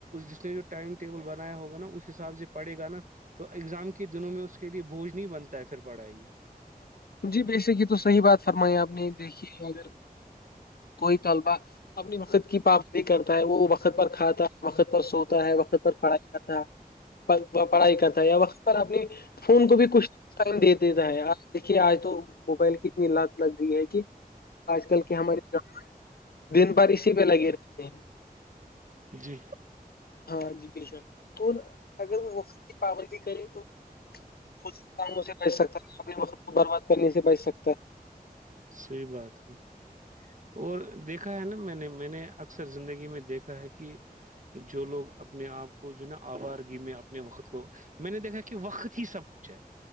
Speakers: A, on the right; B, on the left.
A: جس نے جو ٹائم ٹیبل بنایا ہوگا نا اس حساب سے پڑے گا نا تو ایگزام کے دنوں میں اس کے لیے بوج نہیں بنتا ہے پھر پڑھائی
B: جی بےسک یہ تو صحیح بات فرمائی آپ نے دیکھی اگر کوئی طلبہ اپنی وقت کی پابندی کرتا ہے وہ وقت پر کھاتا ہے وقت پر سوتا ہے وقت پر پڑھائی کرتا ہے پڑھائی کرتا ہے یا وقت پر اپنی فون کو بھی کچھ ٹائم دے دیتا ہے دیکھیے آج تو موبائل کی اتنی لات لگ گئی ہے کہ آج کل کے ہمارےانے دن بھر اسی پہ لگے رہتے ہیں
A: جی
B: ہاں جی بے شک اور اگر وہ وقت کی پابندی کرے تو خود کاموں سے بچ سکتا ہے اپنے وقت کو برباد کرنے سے بچ سکتا ہے
A: صحیح بات ہے اور دیکھا ہے نا میں نے میں نے اکثر زندگی میں دیکھا ہے کہ جو لوگ اپنے آپ کو جو نا آبادگی میں اپنے وقت کو میں نے دیکھا کہ وقت ہی سب کچھ ہے